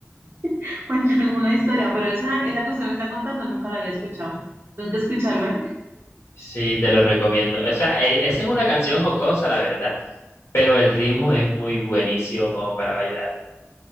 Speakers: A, on the right; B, on the left.
A: <laughs> cuentan una historia, pero esa, esa que usted me está contando nunca la había escuchado. Nunca escucharla.
B: Sí, te lo recomiendo. O sea, e- esa es una canción jocosa, la verdad, pero el ritmo es muy buenísimo como para bailar.